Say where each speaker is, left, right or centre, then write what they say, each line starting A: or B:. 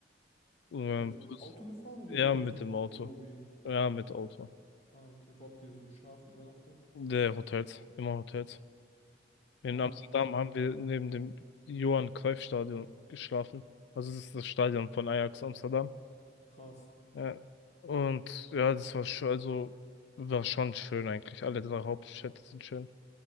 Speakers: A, on the left; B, on the left.
A: ähm,
B: Seid ihr
A: Brüssel.
B: mit dem Auto gefahren oder
A: ja, mit
B: so mit
A: dem
B: dem
A: Auto,
B: Wohnmobil?
A: ja, mit Auto.
B: Ah, okay. Wo habt ihr so geschlafen, übernachtet?
A: Der Hotels, immer Hotels. In
B: Ah,
A: Amsterdam
B: okay,
A: haben wir neben dem Johan Cruyff Stadion geschlafen. Also das ist das Stadion von Ajax Amsterdam.
B: krass.
A: Ja. Und ja, das war schon, also war schon schön eigentlich. Alle drei Hauptstädte sind schön.